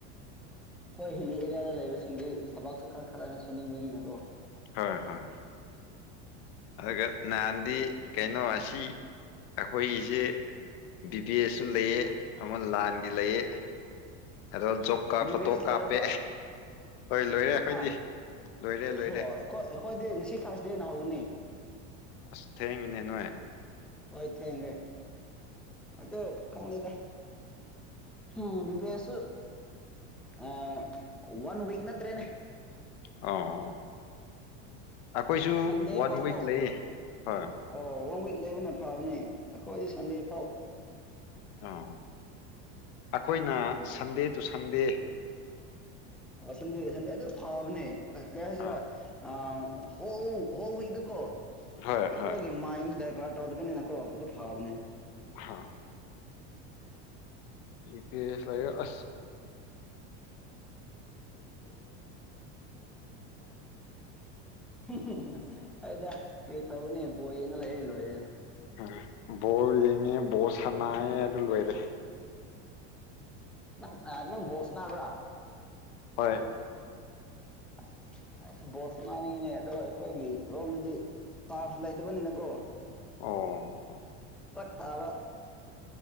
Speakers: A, in the centre; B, on the left (about 65°).
A: ꯍꯣꯏ ꯍꯤꯂꯤ ꯑꯦꯔꯤꯌꯥꯗ ꯂꯩꯕꯁꯤꯡꯗꯤ ꯊꯕꯥꯛꯁꯨ ꯈꯔ ꯈꯔꯅ ꯁꯨꯅꯤꯡꯕꯅꯤꯅꯀꯣ
B: ꯍꯣꯏ ꯍꯣꯏ ꯑꯗꯨꯒ ꯅꯍꯥꯟꯗꯤ ꯀꯩꯅꯣ ꯑꯁꯤ ꯑꯩꯈꯣꯏꯒꯤꯁꯦ ꯕꯤ ꯕꯤ ꯑꯦꯁ ꯁꯨ ꯂꯩꯑꯦ ꯑꯃ ꯂꯥꯟꯒꯤ ꯂꯩꯌꯦ ꯑꯗꯣ ꯖꯣꯕ ꯀꯥꯔꯗ
A: ꯗꯤꯚ
B: ꯐꯣꯇꯣ
A: ꯑꯦꯁ
B: ꯀꯥꯞꯄꯦ
A: ꯂꯣꯏꯔꯕ ꯍꯥ
B: ꯍꯣꯏ ꯂꯣꯏꯔꯦ ꯑꯩꯈꯣꯏꯗꯤ
A: ꯍ ꯑꯩꯈꯣꯏ
B: ꯂꯣꯏꯔꯦ ꯂꯣꯏꯔꯦ
A: ꯑꯩꯈꯣꯏꯗꯤ ꯉꯁꯤ ꯐꯥꯔꯁ ꯗꯦꯅ ꯍꯧꯅꯤ
B: ꯑꯁ ꯊꯦꯡꯉꯤꯅꯦ ꯅꯣꯥꯏ
A: ꯍꯣꯏ ꯊꯦꯟꯒꯦ ꯑꯗꯣ ꯈꯪꯗꯦꯗꯥ ꯎꯝ ꯕꯤ ꯕꯦꯁꯨ ꯑ ꯋꯥꯟ ꯋꯤꯛ ꯅꯠꯇ꯭ꯔꯦꯅꯦ
B: ꯑꯥ ꯑꯈꯣꯏꯁꯨ
A: ꯁꯟꯗꯦ
B: ꯋꯥꯟ
A: ꯐꯥꯎꯀꯣ
B: ꯋꯤꯛ ꯂꯩ ꯑꯦ
A: ꯑꯣ ꯋꯥꯟ ꯋꯤꯛ ꯂꯩꯕꯅ ꯐꯕꯅꯦ ꯑꯈꯣ ꯑꯩꯗꯤ ꯁꯟꯗꯦ ꯐꯥꯎ
B: ꯑꯥ ꯑꯩꯈꯣꯏꯅ ꯁꯟꯗꯦ ꯇꯨ ꯁꯟꯗꯦ
A: ꯑꯣꯁꯟ ꯗꯦ ꯁꯟꯗꯦ ꯑꯗꯨꯐꯕꯅꯦ ꯀꯩ ꯍꯥꯏꯁꯤꯔꯥ
B: ꯑꯥ
A: ꯑꯥ ꯍꯣ ꯍꯧ ꯏꯗꯨꯀꯣ
B: ꯍꯣꯏ
A: ꯑꯩꯈꯣꯏꯒꯤ
B: ꯍꯣꯏ
A: ꯃꯥꯏ ꯗꯔꯕꯥꯔ ꯀꯎꯗꯕꯅꯤ ꯅ ꯀꯣꯗ ꯐꯥꯕꯅꯦ
B: ꯍꯥꯥ ꯌꯨ ꯄꯤ ꯑꯦꯁ
A: ꯍꯨꯝ ꯍꯨꯃ ꯑꯗ ꯀꯔꯤ ꯇꯥꯒꯅꯤ ꯕꯣꯜ ꯌꯦꯡꯂ ꯂꯩ ꯂꯣꯏꯔꯦꯗꯥ
B: ꯎꯝ ꯕꯣꯜ ꯌꯦꯡꯉꯦ ꯕꯣꯜ ꯁꯥꯟꯅꯑꯦ ꯑꯗꯨ ꯂꯣꯏꯔꯦ
A: ꯅꯪ ꯑ ꯅꯪ ꯕꯣꯜ ꯁꯥꯟꯅꯕ꯭ꯔꯥ
B: ꯍꯣꯏ
A: ꯑꯁ ꯑꯩꯁ ꯕꯣꯜ ꯁꯥꯟꯅꯅꯤꯡꯉꯤꯅꯦ ꯑꯗꯣ ꯑꯩꯈꯣꯏꯒꯤ ꯔꯣꯝꯒꯤꯗꯤ ꯇ꯭ꯔꯐ ꯂꯩꯇꯕꯅꯤꯅꯀꯣ
B: ꯑꯣ
A: ꯑꯕ